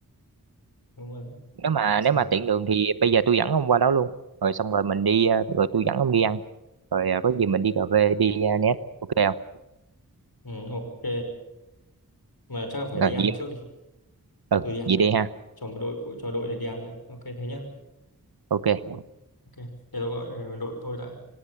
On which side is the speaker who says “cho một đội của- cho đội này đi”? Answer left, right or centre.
Left